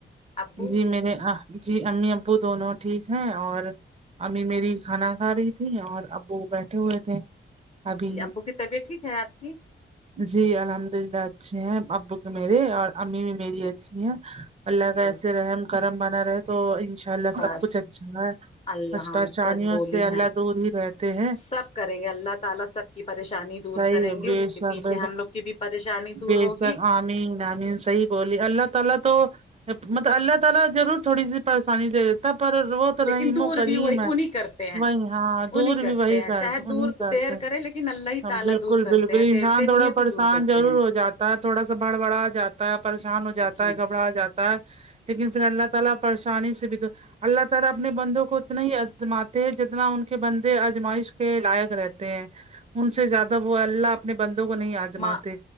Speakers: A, on the left (about 35°); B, on the right (about 30°).
A: ابو
B: جی میرے اہ جی امی ابو دونوں ٹھیک ہیں اور امی میری کھانا کھا رہی تھی اور ابو بیٹھے ہوئے تھے ابھی
A: جی ابو کی طبیعت ٹھیک ہے آپ کی
B: جی الحمد اللہ اچھے ہیں ابو کے میرے اور امی بھی میری
A: جی
B: اچھی ہیں اللہ کا
A: جی
B: ایسے رحم کرم بنا رہے تو انش ا اللہ
A: بس
B: سب کچھ اچھا ہے
A: اللہ
B: بس پریشانیوں
A: سچ بولی
B: سے اللہ
A: ہیں
B: دور ہی رہتے ہیں
A: سب کریں گے اللہ تعالی سب کی پریشانی دور
B: صحیح
A: کریں
B: ہے
A: گے
B: بے
A: اس کے
B: شک
A: پیچھے ہم لوگ کی بھی پریشانی دور
B: بے
A: ہوگی
B: شک آمین آمین صحیح بولی اللہ تعالی تو مطلب اللہ تعالی ضرور تھوڑی سی پریشانی دے تا پر وہ تو
A: لیکن
B: رحیم
A: دور
B: و کریم
A: بھی وہی
B: ہے
A: انہیں کرتے ہیں
B: وہی ہاں دور
A: انہیں کرتے
B: بھی وہی
A: ہیں
B: کر
A: چاہے
B: تا ہے
A: دور
B: انہیں کرتے
A: دیر کرے لیکن اللہ ہی
B: ہم
A: تعالی
B: بالکل
A: دور کرتے
B: بالکل
A: ہیں
B: انسان
A: دیتے
B: تھوڑا
A: بھی ہیں
B: پریشان
A: تو دور کرتے
B: ضرور
A: ہیں
B: ہو جاتا ہے تھوڑا سا بڑبڑا جاتا ہے پریشان ہو جاتا
A: جی
B: ہے گھبرا جاتا ہے لیکن پھر اللہ تعالی پریشانی سے بھی تو اللہ تعالی اپنے بندوں کو اتنا ہی ازماتے ہیں جتنا ان کے بندے ازمائش کے لائق رہتے ہیں ان سے زیادہ وہ اللہ اپنے بندوں کو نہیں آزماتے
A: ماں